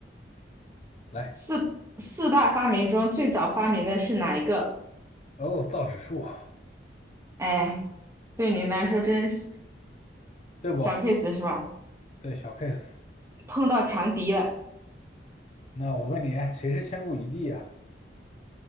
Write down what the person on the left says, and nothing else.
来，
哦，造纸术，
对不？
对，小 case。
那我问你，谁是千古一帝啊？